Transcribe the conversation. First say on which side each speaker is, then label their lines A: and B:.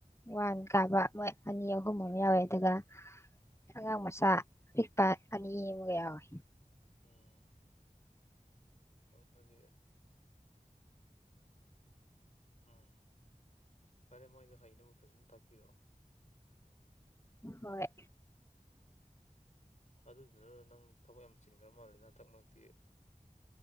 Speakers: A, on the left; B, on the left.
A: ꯋꯥꯟ ꯀꯥꯕ ꯃꯣꯏ ꯑꯅꯤ ꯑꯍꯨꯝ ꯑꯃ ꯌꯥꯎꯋꯦ ꯑꯗꯨꯒ ꯑꯉꯥꯡ ꯃꯆꯥ ꯑꯄꯤꯛꯄ ꯑꯅꯤ ꯑꯃꯒ ꯌꯥꯎꯋꯦ꯫
B: ꯎꯝ ꯑꯗꯨꯗꯤ ꯎꯝ ꯐꯔꯦ ꯃꯣꯏꯗꯣ ꯍꯩꯅꯕ ꯐꯖꯅ ꯇꯥꯛꯄꯤꯔꯛꯑꯣ꯫
A: ꯍꯣꯏ꯫
B: ꯑꯗꯨꯗꯨꯅꯔꯣ ꯅꯪ ꯊꯕꯛ ꯌꯥꯝ ꯆꯤꯟꯒ꯭ꯔ ꯃꯥꯜꯂꯦꯗ ꯍꯟꯇꯛ ꯃꯔꯛꯇꯤ